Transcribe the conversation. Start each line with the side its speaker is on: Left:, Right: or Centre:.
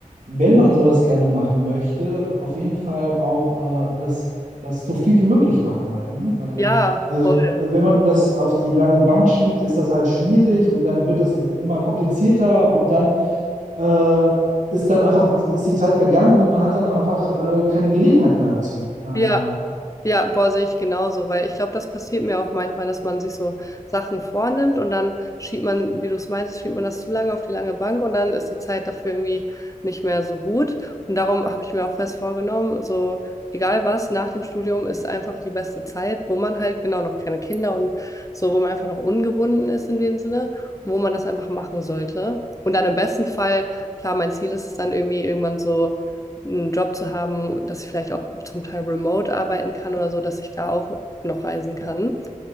Right: wenn man sowas gerne machen möchte, auf jeden Fall auch äh, das, das so viel wie möglich machen halt, ne? Weil
Left: ja,
Right: äh,
Left: voll.
Right: wenn man das auf die lange Bank schiebt, ist das halt schwierig und dann wird es immer komplizierter und dann äh, ist dann einfach, ist die Zeit vergangen und man hat dann einfach äh, keine Gelegenheit mehr dazu. Daher,
Left: Ja, ja, boah, sehe ich genauso, weil ich glaube, das passiert mir auch manchmal, dass man sich so Sachen vornimmt und dann schiebt man, wie du es meinst, schiebt man das zu lange auf die lange Bank und dann ist die Zeit dafür irgendwie nicht mehr so gut. Und darum habe ich mir auch fest vorgenommen, so egal was, nach dem Studium ist einfach die beste Zeit, wo man halt genau noch keine Kinder und so, wo man einfach noch ungebunden ist in dem Sinne, wo man das einfach machen sollte. Und dann im besten Fall, klar, mein Ziel ist es dann irgendwie irgendwann so einen Job zu haben, dass ich vielleicht auch zum Teil remote arbeiten kann oder so, dass ich da auch noch reisen kann.